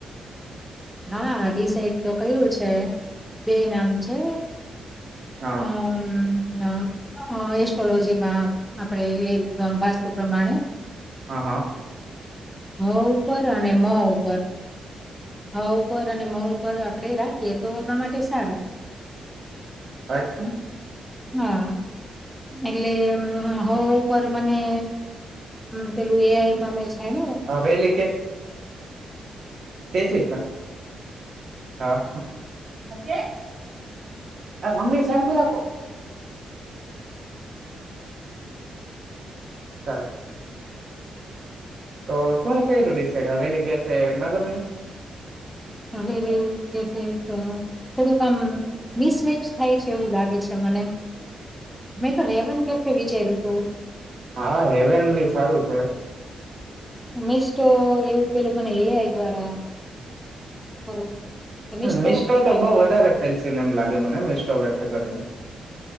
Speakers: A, in the centre; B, on the right.
A: હા ડડીસાઇડ તો કું છે બે નામ છે
B: હા
A: હમ એસ્ટ્રોલોજી માં આપડે એ રી શ પ્રમાણે
B: હા હા
A: હ હ ઉપર અને મો ઉપર હા ઉપર અને મ ઉપર આપડે રાખીએ તો આપણા માટે સારું
B: અચ્છા
A: હા એટલે હો ઉપ મને પેલું એ આઈમાં મે થું
B: હવેલી તે છે હા હા કત આ મમ્મી શાંતિ રાખો હા તો શું કું ડિસઇડ હવેલી ક છે નગરની
A: હવે થોડુંક આમ મિસમેચ થાય છે એવું લાગે છે મને મેં તો હેવન કે વિચાર્યું હતું
B: હા હેવેન બી સારું છે
A: મિસ્ટો એવું પેલું મને એ આઈ દ્વારા થોડુંક મિસ્ટો
B: મીસ્ટો
A: કઈ ટાઈપનું
B: તો બ વધારે ફેન્સીન એમ લાગે મને મીસ્ટો વ કરીને